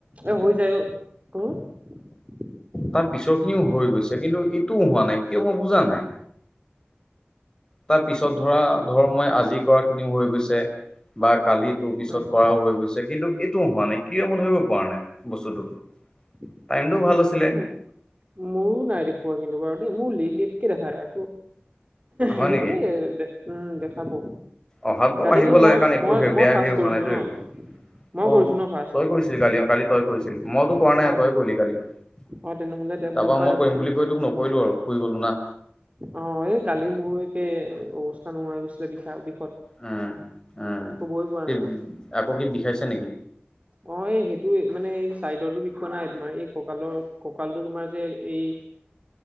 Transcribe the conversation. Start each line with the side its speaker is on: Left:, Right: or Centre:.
Right: এ, হৈ যায়। <inaudible>
Left: তাৰ পিছৰ খিনিও হৈ গৈছে কিন্তু এইটোও হোৱা নাই কিয় মই বুজা নাই। তাৰ পিছত ধৰা ধৰ মই আজি কৰা খিনিও হৈ গৈছে বা কালি <unintelligible> পিছত
Right: উম
Left: কৰাও হৈ গৈছে কিন্তু এইটোও হোৱা নাই কিয় মন ধৰিব পৰা নাই বস্তুটো
Right: উ,
Left: টাইমটো ভাল আছিলে
Right: মোৰো নাই দেখুৱা কিন্তু বাৰু দেই মোৰ <unintelligible> কি দেখায় আকৌ
Left: হয়
Right: হেৰি
Left: নেকি
Right: কয় উম, দেখাব।
Left: অহাত বাৰু
Right: কালিতো
Left: আহিব লাগে
Right: মই,
Left: কাৰণ একো
Right: মই,
Left: বেয়া
Right: মই ফাৰ্ষ্ট
Left: হেৰি হোৱা
Right: কৰিছিলো
Left: নাইতো
Right: ন?
Left: একো
Right: মই
Left: অ
Right: কৰিছো ন, ফাৰ্ষ্ট?
Left: তই কৰিছিলি কালি অ কালি তই কৰিছিলি মইতো কৰা নাই
Right: অ
Left: তই কৰিলি কালি তাৰাপা
Right: অ তেনেহলে দে মোৰ পৰা
Left: মই
Right: দেখুৱা
Left: কৰিম বুলি কৈ তোক নকৰিলো আৰু শুই গলো না
Right: অ, এই কালি মোৰো একে অৱস্থা নোহোৱা হৈ গৈছিলে <unintelligible>
Left: উম, উম
Right: শুবই পৰা
Left: <unintelligible>
Right: নাই মই
Left: আকৌ কি বিষাইছে নেকি?
Right: অ, এই সেইটোয়ে মানে এই চাইডৰটো বিষোৱা নাই তোমাৰ এই, কঁকালৰ, কঁকালটো তোমাৰ যে এই